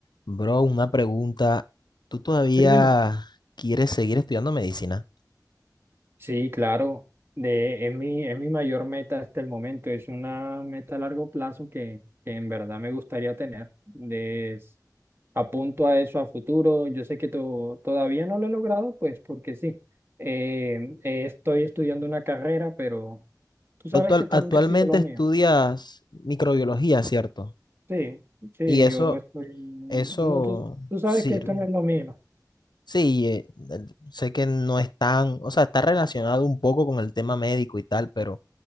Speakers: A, on the left; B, on the right.
A: Bro, una pregunta. ¿Tú todavía
B: Sí, dime.
A: quieres seguir estudiando medicina?
B: Sí, claro. De, es mi, es mi mayor meta hasta el momento. Es una meta a largo plazo que, que en verdad me gustaría tener. Les apunto a eso a futuro. Yo sé que to- todavía no lo he logrado, pues porque sí. Eh, eh, estoy estudiando una carrera, pero tú sabes
A: Tú actual-
B: que esto
A: actualmente
B: nunca ha sido lo
A: estudias
B: mío.
A: microbiología, ¿cierto?
B: Sí, sí,
A: Y eso,
B: yo estoy... No,
A: eso
B: tú, tú sabes
A: sirve.
B: que esto no es lo mío.
A: Sí, eh, el- sé que no es tan, o sea, está relacionado un poco con el tema médico y tal, pero